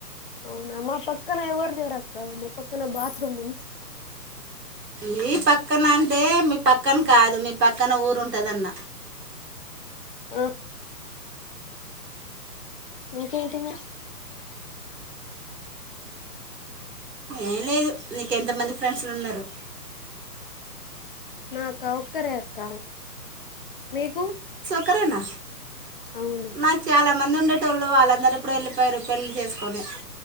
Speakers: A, on the left; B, on the right.
A: అవునా మా పక్కన ఎవర్ లేరు అక్క మా పక్కన బాత్రూమ్ ఉ
B: మీ పక్కన అంటే మీ పక్కన కాదు మీ పక్కన ఊరు ఉంటుందన్న
A: ఆ ఇంకెంటి నా
B: ఏం లేదు నీకు ఎంతమంది ఫ్రెండ్స్లు ఉన్నారు
A: నాకా ఒక్కరే అక్క మీకు
B: క్కరేనా
A: అవును
B: నాక్ చాలవ్ మంది ఉండేటోళ్ళు వాళ్ల్ అందరం ప్పుడే వెళ్ళిపోయారు పెళ్లి చేస్ కొనే